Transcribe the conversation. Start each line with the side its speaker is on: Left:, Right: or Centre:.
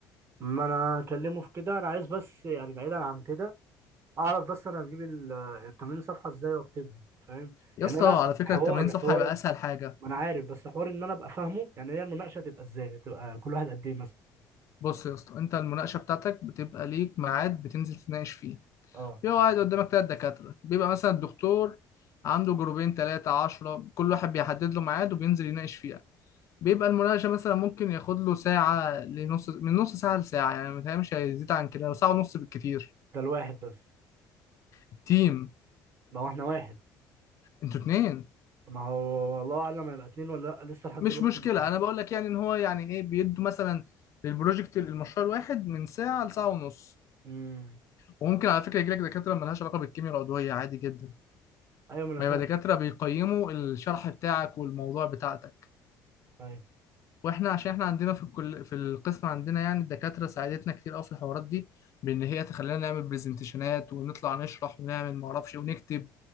Right: ما انا اكلمه في كده انا عايز بس يعني بعيدا عن كده اعرف بس انا هجيب ال ال 80 صفحة ازاي واكتبهم فاهم
Left: يا
Right: يعني
Left: اسطى
Right: انا
Left: على فكرة
Right: حوار
Left: ال 80 صفحة
Right: حوار
Left: هيبقى أسهل حاجة
Right: ما انا عارف بس حوار ان انا ابقى فاهمه يعني هي المناقشة تبقى ازاي تبقى كل واحد قد ايه مثلا
Left: بص يا اسطى أنت المناقشة بتاعتك بتبقى ليك ميعاد بتنزل تناقش فيه
Right: اه
Left: بيبقى قاعد قدامك تلات دكاترة بيبقى مثلا الدكتور عنده جروبين تلاتة عشرة كل واحد بيحدد له ميعاد وبينزل يناقش فيه بيبقى المناقشة مثلا ممكن ياخد له ساعة لنص من نص ساعة لساعة يعني ما مش هيزيد عن كده ساعة ونص بالكتير
Right: ده الواحد بس
Left: التيم
Right: ما هو احنا واحد
Left: انتوا اتنين
Right: ما هو الله اعلم هيبقى اتنين ولا لا لسه لحد
Left: مش
Right: دلوقتي
Left: مشكلة
Right: مش عارف
Left: أنا بقول لك يعني إن هو يعني إيه بيدوا مثلا للبروجكت المشروع الواحد من ساعة لساعة ونص
Right: امم
Left: وممكن على فكرة يجيلك دكاترة ملهاش علاقة بالكيمياء العضوية عادي جدا
Right: ايوه ما انا
Left: ويبقى
Right: فاهم
Left: دكاترة بيقيموا الشرح بتاعك والموضوع بتاعتك
Right: ايوه
Left: واحنا عشان احنا عندنا في الكل في القسم عندنا يعني الدكاتره ساعدتنا كتير قوي في الحوارات دي بان هي تخلينا نعمل برزنتيشنات ونطلع نشرح ونعمل ما اعرفش إيه ونكتب